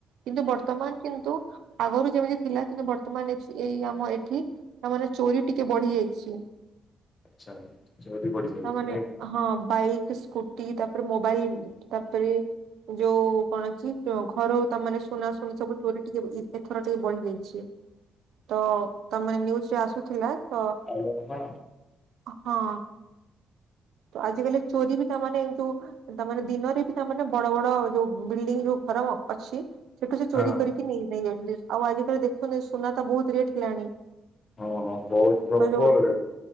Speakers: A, on the right; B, on the left.
A: କିନ୍ତୁ ବର୍ତ୍ତମାନ କିନ୍ତୁ ଆଗରୁ ଯେମିତି ଥିଲା କିନ୍ତୁ ବର୍ତ୍ତମାନ ଏଇ ଆମ ଏଠି ଆମର ଚୋରି ଟିକେ ବଢିଯାଇଚି।
B: ଆଚ୍ଛା। ଚୋରି ବଢିଯାଇଚି
A: ତାମାନେ
B: ନାଇଁ।
A: ହଁ। ବାଇକ୍, ସ୍କୁଟି ତାପରେ ମୋବାଇଲ ତାପରେ ଯୋଉ କଣ କି ଘରୁ ତା ମାନେ ସୁନା ସୁନି ସବୁ ଚୋରି ଟିକେ ଏଥର ଟିକେ ବଢିଯାଇଚି। ତ ତାମାନେ ନିୟୁଜ୍ ରେ ଆସୁଥିଲା ତ
B: ଆଇଲା ମାମା
A: ହଁ। ତ ଆଜିକାଲି ଚୋରି ବି ତାମାନେ। <unintelligible> ତା ମାନେ ଦିନରେ ବି ତାମାନେ ବଡ ବଡ ଯୋଉ ବିଲଡିଂ ଯୋଉ ଘର ମ ଅଛି ସେଠୁ ସେ
B: ହଁ
A: ଚୋରି କରିକି ନେଇ ନେଇ ଯାଉଛନ୍ତି। ଆଉ ଆଜିିକାଲି ଦେଖୁଛନ୍ତି ସୁନା ତ ବହୁତ ରେଟ୍ ହେଲାଣି।
B: ହଁ ହଁ ବହୁତ ପ୍ରବଳ
A: ତ ଯୋଉ
B: ରେ